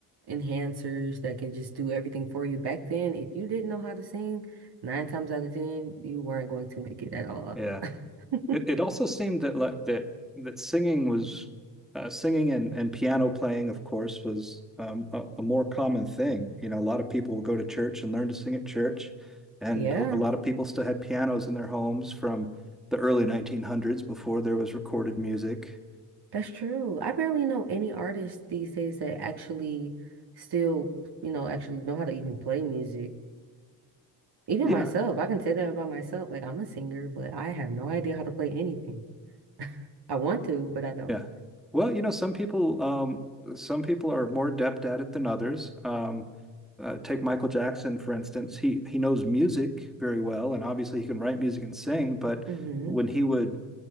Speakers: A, on the right; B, in the centre.
A: enhancers that can just do everything for you. Back then, if you didn't know how to sing, nine times out of ten, you weren't going to make it at all.
B: Yeah.
A: <laughs>
B: It it also seemed that like that that singing was uh, singing and and piano playing, of course, was um, a, a more common thing. You know, a lot of people will go to church and learn to sing at church, and
A: Yeah,
B: a, a lot of people still had pianos in their homes from the early 1900s before there was recorded music.
A: that's true. I barely know any artists these days that actually still, you know, actually know how to even play music. Even
B: Yeah,
A: myself, I can say that about myself. Like I'm a singer, but I have no idea how to play anything. I want to, but I don't.
B: Yeah. Well, you know, some people um some people are more adept at it than others. Um uh, take Michael Jackson, for instance. He he knows music very well, and obviously he can write music and sing, but
A: hmm
B: when he would